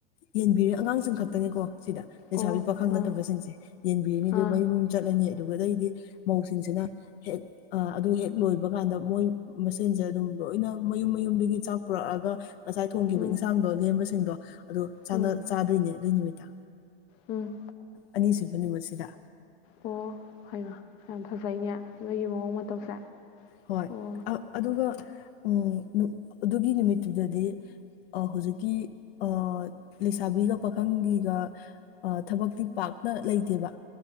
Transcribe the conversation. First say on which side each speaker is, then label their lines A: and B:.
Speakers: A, on the left; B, on the left.
A: ꯌꯦꯟꯕꯤꯔꯦ ꯑꯉꯥꯡꯁꯤꯡ ꯈꯛꯇꯅꯤꯀꯣ ꯁꯤꯗ ꯂꯩꯁꯥꯕꯤ
B: ꯑꯣ
A: ꯄꯥꯈꯪ
B: ꯑꯥ
A: ꯅꯠꯇꯕꯁꯤꯡꯁꯦ ꯌꯦꯟꯕꯤꯔꯅꯤ
B: ꯑꯥ
A: ꯑꯗꯨ ꯃꯌꯨꯝ ꯃꯌꯨꯝ ꯆꯠꯂꯅꯤ ꯑꯗꯨꯒ ꯑꯗꯩꯗꯤ ꯃꯧꯁꯤꯡꯁꯤꯅ ꯍꯦꯛ ꯑꯗꯨ ꯍꯦꯛ ꯂꯣꯏꯕ ꯀꯥꯟꯗ ꯃꯣꯏ ꯃꯁꯦꯟꯁꯦ ꯑꯗꯨꯝ ꯂꯣꯏꯅ ꯃꯌꯨꯝ ꯃꯌꯨꯝꯗꯒꯤ ꯆꯥꯛ ꯄꯨꯔꯛꯑꯒ ꯉꯁꯥꯏ ꯊꯣꯡꯈꯤꯕ
B: ꯎꯝ
A: ꯏꯟꯁꯥꯡꯗꯣ ꯂꯦꯝꯕꯁꯤꯡꯗꯣ ꯑꯗꯨ
B: ꯎꯝ
A: ꯆꯥꯗꯣꯏꯅꯦ ꯑꯗꯨꯏ ꯅꯨꯃꯤꯠꯇ
B: ꯎꯝ
A: ꯑꯅꯤꯁꯨꯕ ꯅꯨꯃꯛꯣꯠ ꯁꯤꯗ
B: ꯑꯣ ꯍꯩꯃꯥ ꯌꯥꯝ ꯐꯖꯩꯅꯦ ꯅꯣꯏꯒꯤ ꯃꯑꯣꯡ ꯃꯇꯧꯁꯦ
A: ꯍꯣꯏ
B: ꯑꯣ
A: ꯑꯗꯨꯒ ꯎꯝ ꯑꯗꯨꯒꯤ ꯅꯨꯃꯤꯠꯇꯨꯗꯗꯤ ꯍꯧꯖꯤꯛꯀꯤ ꯑ ꯂꯩꯁꯥꯕꯤꯒ ꯄꯥꯈꯪꯒꯤꯒ ꯑ ꯊꯕꯛꯇꯤ ꯄꯥꯛꯅ ꯂꯩꯇꯦꯕ